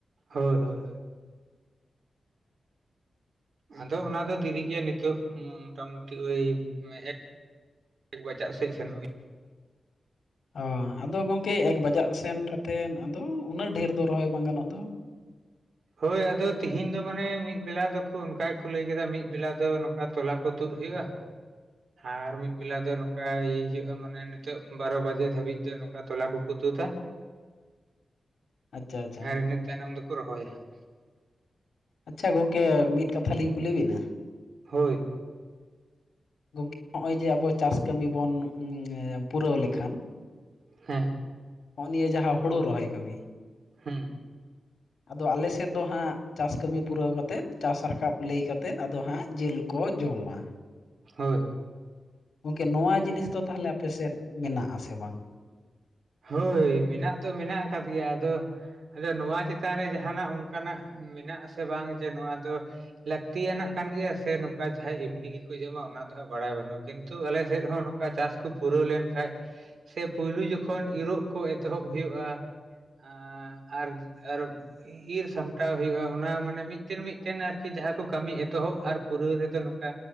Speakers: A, on the right; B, on the left.
A: ᱦᱳᱭ ᱦᱳᱭ ᱦᱳᱭ <inaudible> ᱟᱫᱚ ᱚᱱᱟ ᱫᱚ ᱫᱤᱨᱤ ᱜᱮ ᱱᱤᱛᱚᱜ ᱢᱚᱴᱟᱢᱩᱴᱤ ᱳᱭ <unintelligible> ᱮᱠ ᱵᱟᱡᱟᱜ ᱥᱮᱜ ᱥᱮᱱᱚᱜ ᱜᱮ
B: ᱚ ᱟᱫᱚ ᱜᱚᱝᱠᱮ ᱮᱠ ᱵᱟᱡᱟᱜ ᱥᱮᱱ ᱠᱟᱛᱮᱱ ᱟᱫᱚ ᱩᱱᱟᱹᱜ ᱰᱷᱮᱨ ᱫᱚ ᱨᱚᱦᱚᱭ ᱵᱟᱝ ᱜᱟᱱᱚᱜ ᱫᱚ
A: ᱦᱳᱭ ᱟᱫᱚ ᱛᱤᱦᱤᱧ ᱫᱚ ᱢᱟᱱᱮ ᱢᱤᱜ ᱵᱮᱞᱟ ᱫᱚᱠᱚ ᱚᱱᱠᱟ ᱜᱮᱠᱚ ᱞᱟᱹᱭ ᱠᱮᱫᱟ ᱢᱤᱜ ᱵᱮᱞᱟ ᱫᱚ ᱚᱨ ᱛᱚᱞᱟ ᱠᱚ ᱛᱩᱰ ᱦᱩᱭᱩᱜᱼᱟ ᱟᱨ ᱢᱤᱜ ᱵᱮᱞᱟ ᱫᱚ ᱱᱚᱠᱟᱭ ᱦᱤᱭᱩᱜᱼᱟ ᱢᱟᱱᱮ ᱱᱤᱛᱚᱜ ᱵᱟᱨᱚ ᱵᱟᱡᱮ ᱫᱷᱟᱹᱵᱤᱡ ᱫᱚ ᱛᱚᱞᱟ ᱠᱚᱠᱚ ᱛᱩᱫᱟ
B: ᱟᱪᱪᱷᱟ ᱟᱪᱪᱷᱟ
A: ᱟᱨ ᱤᱱᱟᱹ ᱛᱟᱭᱱᱚᱢ ᱫᱚᱠᱚ ᱨᱚᱦᱚᱭᱟ ᱦᱟᱸᱜ
B: ᱟᱪᱪᱷᱟ ᱜᱚᱝᱠᱮ ᱢᱤᱫ ᱠᱟᱛᱷᱟ ᱞᱤᱧ ᱠᱩᱞᱤ ᱵᱤᱱᱟ
A: ᱦᱳᱭ
B: ᱜᱚᱝᱠᱮ ᱱᱚᱜᱼᱚᱭ ᱡᱮ ᱟᱵᱚ ᱪᱟᱥ ᱠᱟᱹᱢᱤ ᱵᱚᱱ ᱯᱩᱨᱟᱹᱣ ᱞᱮᱠᱷᱟᱱ
A: ᱦᱮᱸ
B: ᱦᱚᱸᱜ ᱱᱤᱭᱟᱹ ᱡᱟᱦᱟᱸ ᱦᱳᱲᱳ ᱨᱚᱦᱚᱭ ᱠᱟᱹᱢᱤ
A: ᱦᱩᱸ
B: ᱟᱫᱚ ᱟᱞᱮᱥᱮᱫ ᱫᱚ ᱦᱟᱸᱜ ᱪᱟᱥ ᱠᱟᱹᱢᱤ ᱯᱩᱨᱟᱹᱣ ᱠᱟᱛᱮᱫ ᱪᱟᱥ ᱨᱟᱠᱟᱵ ᱞᱮᱭ ᱠᱟᱛᱮᱫ ᱟᱫᱚ ᱦᱟᱸᱜ ᱡᱮᱞ ᱠᱚ ᱡᱚᱢᱟ
A: ᱦᱳᱭ ᱦᱳᱭ
B: ᱜᱚᱝᱠᱮ ᱱᱚᱣᱟ ᱡᱤᱱᱤᱥ ᱫᱚ ᱛᱟᱦᱚᱞᱮ ᱟᱯᱮ ᱥᱮᱫ ᱢᱮᱱᱟᱜ ᱟᱥᱮ ᱵᱟᱝ
A: ᱦᱳᱭ ᱢᱮᱱᱟᱜ ᱫᱚ ᱢᱮᱱᱟᱜ ᱟᱠᱟᱫ ᱜᱮᱭᱟ ᱟᱫᱚ ᱟᱫᱚ ᱱᱚᱣᱟ ᱪᱮᱛᱟᱱ ᱨᱮ ᱡᱟᱦᱟᱱᱟᱜ ᱚᱱᱠᱟᱱᱟᱜ ᱢᱮᱱᱟᱜ ᱟᱥᱮ ᱵᱟᱝ ᱡᱮ ᱱᱚᱣᱟ ᱫᱚ ᱞᱟᱹᱠᱛᱤᱭᱟᱱᱟᱜ ᱠᱟᱱ ᱜᱮᱭᱟ ᱥᱮ ᱱᱚᱠᱟ ᱡᱟᱦᱟᱸᱭ ᱮᱢᱱᱤ ᱜᱮᱠᱚ ᱡᱚᱢᱟ ᱚᱱᱟ ᱫᱚ ᱦᱟᱸᱜ ᱵᱟᱲᱟᱭ ᱵᱟᱹᱱᱩᱜ ᱠᱤᱱᱛᱩ ᱟᱞᱮ ᱥᱮᱫ ᱦᱚᱸ ᱱᱚᱠᱟ ᱪᱟᱥ ᱠᱚ ᱯᱩᱨᱟᱹᱣ ᱞᱮᱱᱠᱟᱱᱡ ᱥᱮ ᱯᱩᱭᱞᱩ ᱡᱚᱠᱷᱚᱱ ᱠᱷᱚᱱ ᱤᱨᱚᱜ ᱠᱚ ᱮᱛᱚᱦᱚᱵ ᱦᱩᱭᱩᱜᱼᱟ ᱟ ᱟᱨ <unintelligible> ᱤᱨ ᱥᱟᱢᱴᱟᱣ ᱦᱩᱭᱩᱜᱼᱟ ᱚᱱᱟ ᱢᱟᱱᱮ ᱢᱤᱫᱴᱮᱱ ᱢᱤᱫᱴᱮᱱ ᱟᱨᱠᱤ ᱡᱟᱦᱟᱸ ᱠᱚ ᱠᱟᱹᱢᱤ ᱮᱛᱚᱦᱚᱵ ᱟᱨ ᱯᱩᱨᱟᱹᱣ ᱨᱮᱫᱚ ᱱᱚᱠᱟ